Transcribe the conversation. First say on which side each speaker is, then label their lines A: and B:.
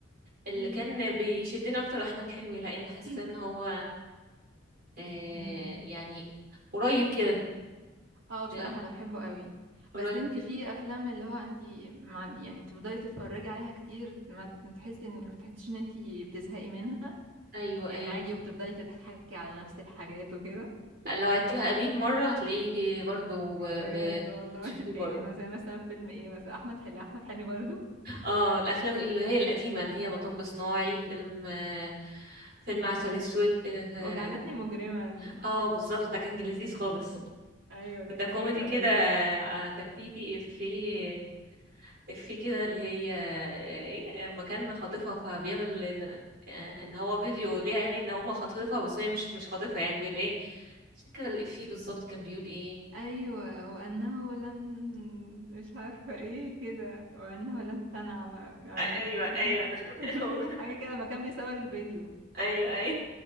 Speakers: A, on the right (about 50°); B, on the right (about 75°).
A: اللي
B: ايوه
A: كان بيشدني اكتر احمد حلمي لان حاسه
B: <clears throat>
A: ان هو آه
B: امم
A: يعني قريب كده
B: اه بصراحه
A: لا،
B: انا بحبه قوي
A: قريب
B: بس انت
A: كده
B: في افلام اللي هو انت ما عندي يعني تفضلي تتفرجي عليها كتير ما ت- ما تحسي ان ما تحسيش ان انت بتزهقي منها
A: ايوه
B: يعني
A: ايوه
B: عادي وبتفضلي تضحكي على نفس الحاجات وكده
A: لو عدتيها 100 مره هتلاقيه برضو ب-
B: بجد والله
A: بتشوفيه
B: <laughs>
A: برضو
B: إيه ما زي مثلا فيلم ايه مثلا احمد حلمي احمد حلمي برضو
A: اه الافلام اللي هي القديمه اللي هي مطب صناعي فيلم آه، فيلم عسل
B: ايوه
A: اسود اه
B: وجعلتني مجرما
A: آه، بالظبط ده كان لذيذ خالص
B: ايوه ده كان
A: ده كوميدي
B: حلو
A: كده
B: قوي
A: آه،
B: برضو
A: كان في في في في كده اللي هي آه، ايه لما كان خاطفها فبيعمل ان آه، إن هو فيديو ليها يعني ان هما خاطفها بس هي مش مش خاطفها يعني بيقول ايه مش فاكره الافيه بالظبط كان بيقول ايه
B: ايوه وانه لن مش عارفه ايه كده وانه لن تنعم امريكا
A: آه، ايوه
B: بكم
A: ايوه <laughs>
B: كان في حاجه كده ما كان بيصور الفيديو
A: ايوه ايوه